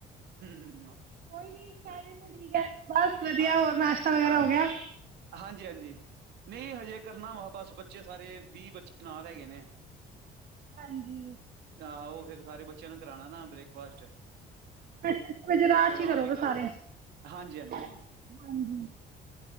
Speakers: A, on the right; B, on the right.
A: ਹਮ।
B: ਕੋਈ ਨੀ ਪੈਜੇ ਤੇ ਠੀਕ ਹੈ। ਬਸ ਵਧੀਆ,
A: ਹਾਂ
B: ਹੋਰ ਨਾਸ਼ਤਾ ਵਗੈਰਾ ਹੋ ਗਿਆ।
A: ਹਾਂਜੀ ਹਾਂਜੀ, ਨਹੀਂ ਹਜੇ ਕਰਨਾ ਵਾ। ਬਸ, ਬੱਚੇ ਸਾਰੇ ਵੀਹ ਬੱਚੇ ਨਾਲ ਹੈਗੇ ਨੇ।
B: ਹਾਂਜੀ।
A: ਹਾਂ ਉਹ ਫੇਰ ਸਾਰੇ ਬੱਚਿਆਂ ਨੂੰ ਕਰਾਣੈ ਨਾ ਬ੍ਰੇਕਫਾਸਟ।
B: ਅੱਛਾ ਅੱਛਾ ਅਜ ਰਾ
A: ਫੇਰ
B: ਚ
A: ਆਪ
B: ਈ ਕਰੋਗੇ
A: ਵੀ ਕਰ
B: ਸਾਰੇ
A: ਹਾਂਜੀ ਹਾਂਜੀ
B: ਹਾਂਜੀ।